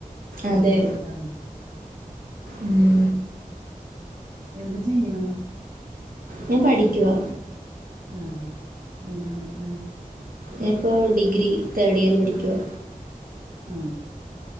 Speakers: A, on the right (about 45°); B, on the right (about 75°).
A: ആ
B: അതെ
A: വല്ല്യായോരു ഇതാണ്
B: ഉം
A: എന്താ ചെയ്യാണ
B: ഞാൻ പഠിക്കുവാ
A: ആ എന്തിനാ പഠിക്കാണ
B: ഞാന് ഇപ്പോ ഡിഗ്രി തേർഡ് ഇയർ പഠിക്കുവാ
A: ആ